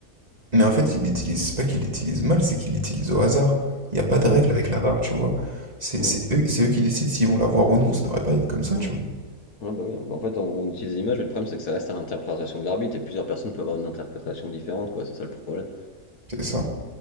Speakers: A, on the right (about 25°); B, on the left (about 75°).
A: Mais en fait, il l'utilise, c'est pas qu'il l'utilise mal, c'est qu'il l'utilise au hasard. Il n'y a pas de
B: Mmh,
A: règle
B: c'est
A: avec
B: ça.
A: la barre, tu vois. C'est
B: Mmh,
A: c'est eux, c'est eux qui décident s'ils vont la voir ou non. Ça devrait pas être comme ça,
B: mmh.
A: tu vois.
B: Ouais, bah oui. Bah, en fait, on, on utilise les images, mais le problème, c'est que ça reste à l'interprétation de l'arbitre et plusieurs personnes peuvent avoir une interprétation différente, quoi. C'est ça le problème.
A: C'est ça.